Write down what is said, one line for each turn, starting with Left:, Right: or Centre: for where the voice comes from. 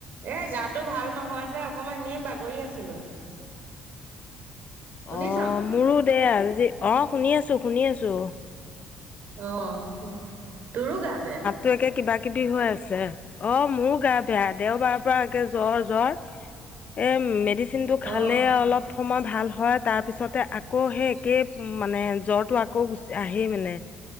Right: এ গাটো ভাল নহয় যে অকমান এনে বাগৰি আছিলোঁ শুনিছ
Left: অ' মোৰো দে আজি অ শুনি আছোঁ শুনি আছোঁ
Right: অ' তোৰো গা বেয়া
Left: তোৰ একে কিবা কিবি হৈ আছে অ' মোৰো গা বেয়া দেওবাৰ পৰা একে জ্বৰ জ্বৰ এ মেডিচিনটো খালেই
Right: অ
Left: অলপ সময় ভাল হয় তাৰপিছতে আকৌ সেই একেই মানে জ্বৰটো আকৌ গুচ আহেই মানে